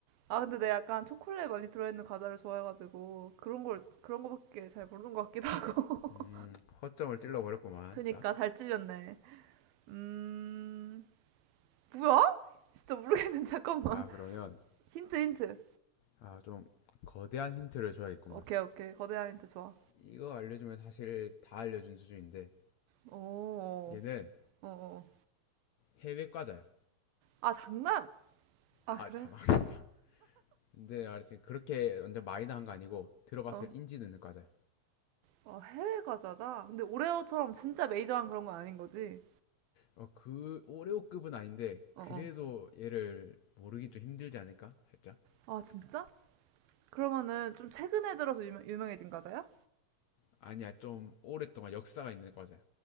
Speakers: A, on the right; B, on the left.
A: 아 근데 내가 약간 초콜릿 많이 들어있는 과자를 좋아해가지고 그런 걸 그런 거밖에 잘 모르는 것 같기도 하고.
B: 음, 허점을 찔러버렸구만.
A: <laughs> 그니까
B: 딱.
A: 잘 찔렸네. 음, 뭐야? 진짜 모르겠는데 잠깐만.
B: 아, 그러면
A: <laughs> 힌트 힌트.
B: 아, 좀 거대한 힌트를 줘야겠구만.
A: 오케이 오케이 거대한 힌트 좋아.
B: 이거 알려주면 사실 다 알려준 수준인데
A: 어,
B: 얘는
A: 어, 어.
B: 해외 과자야.
A: 아, 장난! 아,
B: 아,
A: 그래?
B: 잠깐. <laughs> 근데 알지 그렇게 완전 마이너한 거 아니고 들어봤을
A: 어,
B: 인지 드는 과자야.
A: 어, 해외 과자다? 근데 오레오처럼 진짜 메이저한 그런 건 아닌 거지?
B: 어, 그 오레오급은 아닌데
A: 어,
B: 그래도
A: 어.
B: 얘를 모르기 좀 힘들지 않을까? 살짝.
A: 아, 진짜? 그러면은 좀 최근에 들어서 유명, 유명해진 과자야?
B: 아니야, 좀 오랫동안 역사가 있는 과자야.